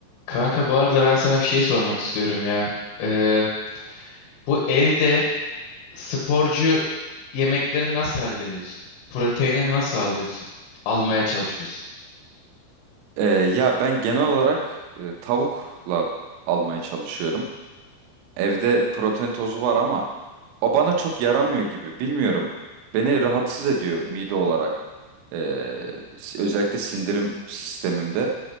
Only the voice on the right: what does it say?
Ee, ya ben genel olarak e, tavukla almaya çalışıyorum. Evde protein tozu var ama o bana çok yaramıyor gibi. Bilmiyorum. Beni rahatsız ediyor mide olarak. Ee, s- özellikle sindirim sistemimde